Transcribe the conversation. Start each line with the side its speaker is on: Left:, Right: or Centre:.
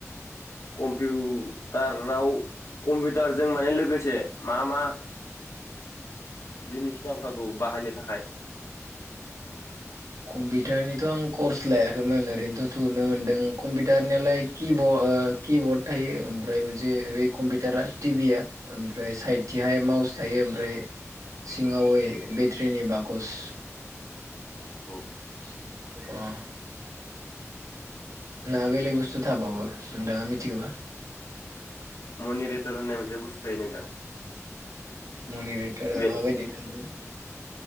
Left: कम्पिउटाराव कम्पिउटारजों माने लोगोसे मा मा जिनिस नाम्फाखौ बाहायनो थाखाय?
Right: <inaudible> कम्पिउटारनिथ' आं कर्स लायाखैमोन ओरैनोथ' थुनो मोनदों कम्पिउटारनियालाय किबर्ड ओ किबर्ड थायो। ओमफ्राय मोनसे बे कम्पिटारा टि भि आ ओमफ्राय सायदथिहाय माउज थायो। ओमफ्राय सिङाव ए बेट्रिनि बाकस
Left: औ
Right: अ' ना बेलग बुस्थु थाबावो नोंथाङा मिथिगौबा?
Left: मनि रेटर होननाय मोनसे बुस्थु नोंथां।
Right: मनि रिथारा
Left: बे
Right: मा बायदि दाबा।